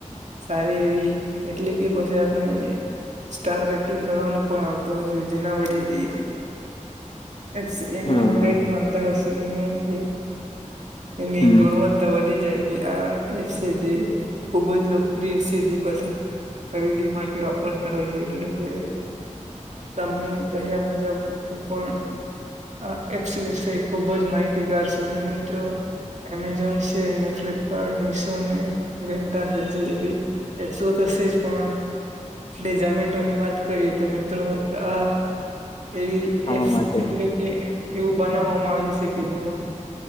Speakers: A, on the right; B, on the left.
A: સારી એવી એટલે કે પછી આપણે સ્ટાર રેટિંગ કરવાનું પણ આવતું હોય છે જેના વડે એ. એ્પસ એને
B: હા
A: રેટ મળતા હશે એને એ એની
B: હમ
A: ગુણવત્તા. તો વધી જાય કે આ એપ છે જે ખુબ જ લોકપ્રિય સીધી બધા છે જે. ખરીદી માટે વાપરતા હોય છે એટલે કે. તમે કહ્યા મુજબ હું પણ. આ એપસીસ ખુબ જ માહિતીગાર છ ને મિત્રો. એમેઝોન, છે ને ફ્લિપકાર્ટ, મિશો ને મિંત્રા છે જે એવી એપસો તો છે જ પણ. સિવ઼ગી ઝોમેટો ની વાત કરીએ તો મિત્રો આ એવી
B: આવા
A: એ્પસ
B: માટે
A: એટલે કે એવું બનાવવામાં આવી છે કે જેમાં